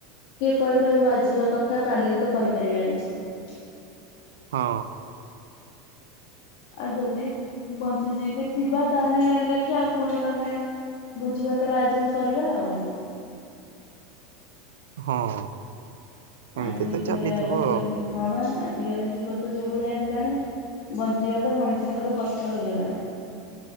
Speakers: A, on the left; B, on the right.
A: କିଏ କହିପାରିବ ଆଜିର କଥା କାଲିକି ତ କହିପାରିବା ନେଇ
B: ହଁ।
A: ଆଉ ଯଦି ବଞ୍ଚି ଯି କିି ଥିବା ତାଲେ ଦେଖିବା ପୁଣି ନହେଲେ ଭୋଜି ଭାତର ଆୟୋଜନ କରିବା ଆଉ।
B: ହଁ। ଏମିତି
A: ଆଜି ତ
B: ଚାଲିଥିବ
A: ଆଜି କାଲି
B: ଆଉ।
A: ହଁ ବା ଆ ଆଜିକାଲି ଯୁଗ ତ ଯୋଉ ଭଳିଆ ହେଲାଣି ବଞ୍ଚିବା ତ ମଣିଷଙ୍କର କଷ୍ଟ ହେଇଗଲାଣି।